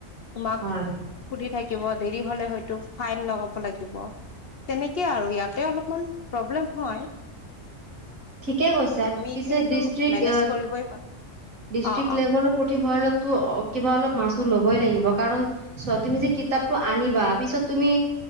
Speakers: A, on the left; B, on the right.
A: তোমাক
B: হয়
A: সুধি থাকিব দেৰি হলে হয়তো ফাইন লগাব লাগিব। তেনেকে আৰু ইয়াতে অলপমান প্ৰব্লেম হয়।
B: কিয় কৈছা
A: আমি এইখিনিতো
B: পিছে ডিষ্ট্ৰিক্ট
A: মেনেজ কৰিবই পাৰো।
B: ডিষ্ট্ৰিক্ট
A: অ', অ',
B: লেভেলৰ পুথিভঁৰালতো কিবা অলপ মাছোল ল'বই লাগিব, কাৰণ চোৱা তুমি যে কিতাপটো আনিবা পিছত তুমি